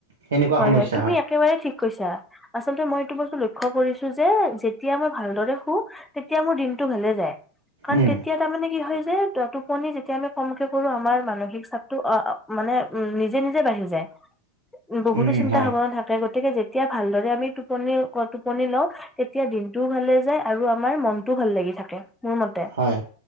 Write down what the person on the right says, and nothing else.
সেনেকুৱা
সমস্যা
উম
উম
হয়
হয়,